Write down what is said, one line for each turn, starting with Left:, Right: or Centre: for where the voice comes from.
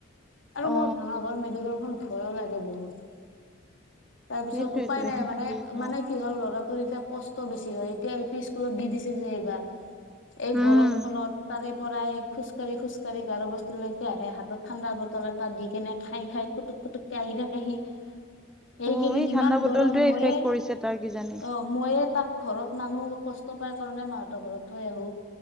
Left: আৰু
Centre: অ
Left: মোৰ ভাঙাগড় মেডিকেলখন ভয়ো লাগে বহুত। তাৰ পিছত
Centre: সেইটোৱেতো
Left: উপায় নাই
Centre: এম
Left: মানে
Centre: ভি ভাল
Left: মানে কি হ'ল লৰা। তোৰ এতিয়া কষ্ট বেছি হয় এতিয়া এল পি স্কুলত দি দিছে যে এইবাৰ। এই
Centre: উম
Left: গৰমখনত তাৰে। পৰাই খোজকাঢ়ি খোজকাঢ়ি গাড়ো বস্তি লৈকে আহে হাতত ঠাণ্ডা বটল এটা দি কেনে খাই খাই কুটু। পুটুকে আহি থাকে সি। এইকেইদিন
Centre: অ', এই
Left: ইমান
Centre: ঠাণ্ডা বটলটোৱে
Left: গৰম মইয়ে
Centre: ইফেক্ট কৰিছে তাৰ কিজানি
Left: অহ ময়ে তাক। ঘৰত মানো কষ্ট পাই কাৰণে মাহঁতৰ ঘৰত থৈ আহো।